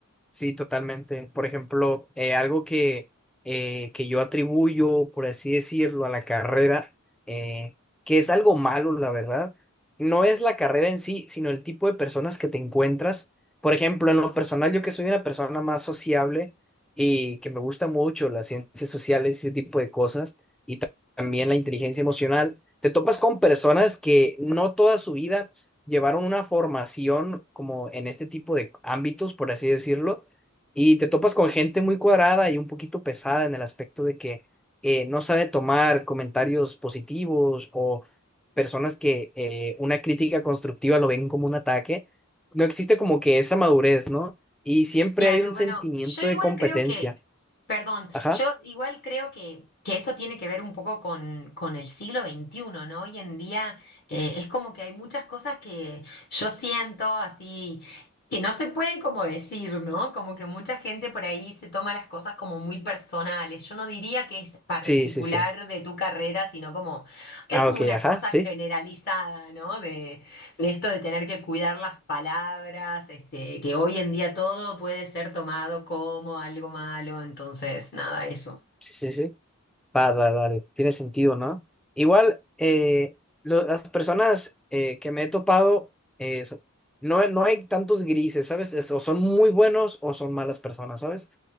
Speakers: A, in the centre; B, on the left.
A: Sí, totalmente. Por ejemplo, eh, algo que, eh, que yo atribuyo, por así decirlo, a la carrera, eh, que es algo malo, la verdad, no es la carrera en sí, sino el tipo de personas que te encuentras. Por ejemplo, en lo personal, yo que soy una persona más sociable y que me gusta mucho las ciencias sociales y ese tipo de cosas también la inteligencia emocional. Te topas con personas que no toda su vida llevaron una formación como en este tipo de ámbitos, por así decirlo, y te topas con gente muy cuadrada y un poquito pesada en el aspecto de que eh, no sabe tomar comentarios positivos o personas que eh, una crítica constructiva lo ven como un ataque. No existe como que esa madurez, ¿no? Y siempre
B: Claro,
A: hay un
B: bueno,
A: sentimiento
B: yo igual
A: de competencia.
B: creo que, perdón,
A: Ajá.
B: yo igual creo que, que eso tiene que ver un poco con, con el siglo veintiuno, ¿no? Hoy en día eh, es como que hay muchas cosas que yo siento así, que no se pueden como decir, ¿no? Como que mucha gente por ahí se toma las cosas como muy personales. Yo no diría que es particular
A: Sí, sí, sí.
B: de tu carrera, sino como, hay
A: Ah,
B: como
A: ok,
B: una
A: ajá,
B: cosa
A: sí.
B: generalizada, ¿no? De, de esto de tener que cuidar las palabras, este, que hoy en día todo puede ser tomado como algo malo, entonces nada, eso.
A: Sí, sí, sí. Va, va, vale, tiene sentido, ¿no? Igual, eh, lo- las personas eh, que me he topado, eh, so- no, no hay tantos grises, ¿sabes? Es- o son muy buenos o son malas personas, ¿sabes?